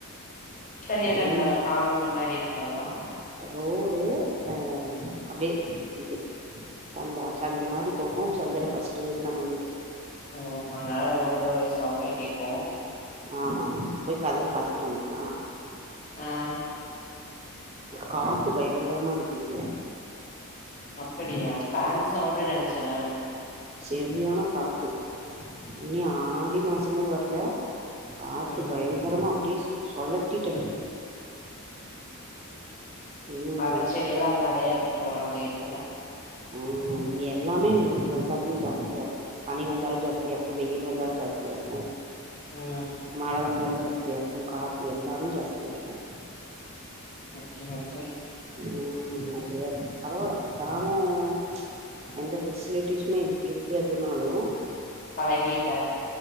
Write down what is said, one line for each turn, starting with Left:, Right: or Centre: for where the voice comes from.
Left: <unintelligible>
Right: மெயின்
Left: இருக்காதா காம்பௌண்ட் மாரி அதான்
Right: ரோடு அஹ் அப்டியே இது சந்தா சந்து மாரி போகும் சந்துல ஃபர்ஸ்ட்டு வீடு நம்ம வீடு
Left: ஓஹ் அதுனால ரோடோட சவுண்ட்லாம் கேக்கும்
Right: ஆமா ஆமா போய்க்கதவு சாத்திட்டு வன்டனா
Left: ஆஹ்
Right: காத்து பயங்கரமா அடிக்குது இங்க
Left: அப்படியா ஃபான் சவுண்டுனு நெனச்சே நானு
Right: எரியான காத்து இன்னி
Left: ம்
Right: ஆடி மாசமே வர் இல்ல காத்து
Left: ம்
Right: பயங்கரமா அப்டியே சு சொழட்டிட்டு அடிக்குது ம்
Left: மரம் செடி எல்லாம் அங்க நெறைய இருக்கும் போல உங்க ஏரியால
Right: உம் இங்க எல்லாமே வந்தாலுமே ஜாஸ்தியா இருக்கும் பனி வந்தாலும் ஜாஸ்தியா இருக்கும் வெயில் வந்தாலும் ஜாஸ்தியா இருக்கும்
Left: ம்
Right: மழ வந்தாலும் ஜாஸ் தியா இருக்கும் காத்து எல்லாமே ஜாஸ்தியா இருக்கும்
Left: <unintelligible>
Right: ம் அப்புடிதான் இருக்கு பரவால்ல கிராமோ ப்ச் எந்த ஃபெசிலிட்டிஸுமே இங்க இருக்கிறதுனாலும்
Left: பழகீட்ட